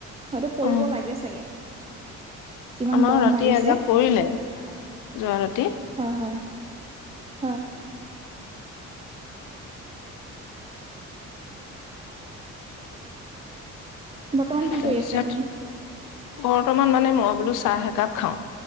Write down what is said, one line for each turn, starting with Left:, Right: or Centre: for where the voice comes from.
Right: হয়তো পৰিব
Left: অ
Right: লাগে চাগে। যিমান
Left: আমাৰ
Right: গৰম
Left: ৰাতি
Right: মাৰিছে।
Left: এজাক পৰিলে, যোৱা ৰাতি।
Right: হয় হয় হয়। বৰ্তমান কি
Left: তাৰপিছত
Right: কৰি আছে আপুনি?
Left: বৰ্তমান মানে মই বোলো চাহ একাপ খাওঁ,